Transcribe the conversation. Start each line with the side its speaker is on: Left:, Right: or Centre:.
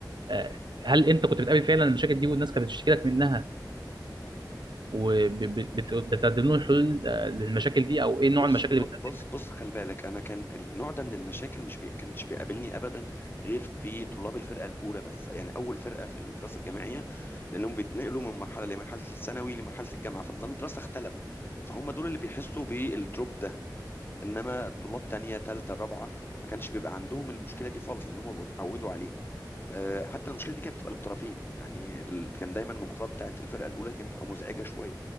Right: آه، هل انت كنت بتقابل فعلا المشاكل دي والناس كانت بتشتكي لك منها وبتقدم لهم حلول آه، للمشاكل دي او ايه
Left: بص
Right: نوع المشاكل
Left: ب-
Right: اللي بتقدمها
Left: بص بص خلي بالك انا كان النوع ده من المشاكل مش بي... كانش بيقابلني ابدا غير في طلاب الفرقه الاولى بس يعني اول فرقه في الدراسه الجامعيه لانهم بيتنقلوا من مرحله لمرحله الثانوي لمرحله الجامعه فنظام الدراسه اختلف فهم دول اللي بيحسوا بالدروب ده انما طلاب تانية تالتة رابعة ما كانش بيبقى عندهم المشكله دي خالص لان هم بيتعودوا عليها آه، حتى المشكله دي كانت بتبقى للطرفين يعني ال- كان دايما المحاضرات بتاعه الفرقه الاولى كانت بتبقى مزعجه شويه